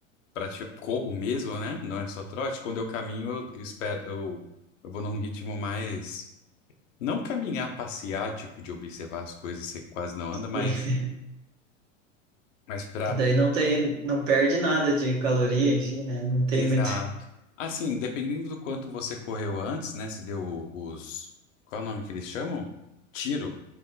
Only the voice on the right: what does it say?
<laughs>
Que daí não tem, não perde nada de caloria, enfim, né? Não tem
muito.